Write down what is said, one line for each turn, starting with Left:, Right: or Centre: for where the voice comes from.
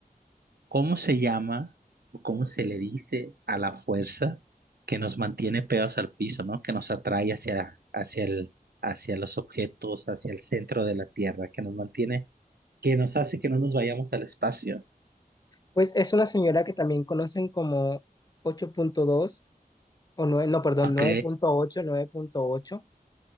Right: ¿Cómo se llama o cómo se le dice a la fuerza que nos mantiene pegados al piso, ¿no? Que nos atrae hacia, hacia el, hacia los objetos, hacia el centro de la Tierra, que nos mantiene, que nos hace que no nos vayamos al espacio.
Left: Pues es una señora que también conocen como ocho punto dos o 9 no, perdón,
Right: Ok,
Left: nueve nueve punto ocho nueve punto ocho